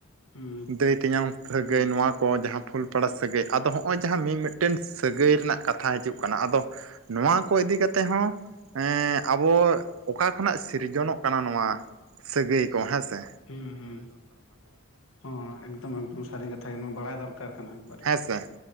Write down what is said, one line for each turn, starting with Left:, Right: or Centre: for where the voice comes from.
Left: ᱦᱩᱸ
Right: ᱫᱟᱹᱭ ᱛᱮᱧᱟᱢ ᱥᱟᱹᱜᱟᱹᱭ ᱱᱚᱣᱟ ᱠᱚ ᱡᱟᱦᱟᱸ ᱯᱷᱩᱞᱯᱟᱲᱟ ᱥᱟᱹᱜᱟᱹᱭ ᱟᱼᱫᱚ ᱦᱚᱸᱜᱼᱚᱭ ᱡᱟᱦᱟᱸ ᱢᱤᱫᱼᱢᱤᱫᱴᱮᱱ ᱥᱟᱹᱜᱟᱹᱭ ᱨᱮᱱᱟᱼᱜ ᱠᱟᱛᱷᱟᱹ ᱦᱤᱡᱩᱜ ᱠᱟᱱᱟ ᱟᱼᱫᱚ ᱱᱚᱹᱣᱟ ᱠᱚ ᱤᱫᱤ ᱠᱟᱹᱛᱮ ᱦᱚᱸ ᱦᱮᱸ ᱟᱵᱚ ᱚᱠᱟ ᱠᱷᱚᱱᱟᱜ ᱥᱤᱨᱡᱚᱱᱚᱜ ᱠᱟᱱᱟ ᱱᱚᱹᱣᱟ ᱥᱟᱹᱜᱟᱹᱭ ᱠᱚ ᱦᱮᱸᱥᱮ
Left: ᱦᱮᱸ ᱦᱸ ᱦ ᱮᱠᱫᱚᱢ ᱮᱠᱫᱚᱢ ᱥᱟᱹᱨᱤ ᱠᱟᱛᱷᱟᱹ ᱜᱮ ᱱᱚᱹᱣᱟ ᱵᱟᱲᱟᱼᱭ ᱫᱚᱨᱹᱠᱟᱨ ᱠᱟᱱᱟ ᱮᱠᱵᱟᱨ
Right: ᱦᱮᱸ ᱥᱮ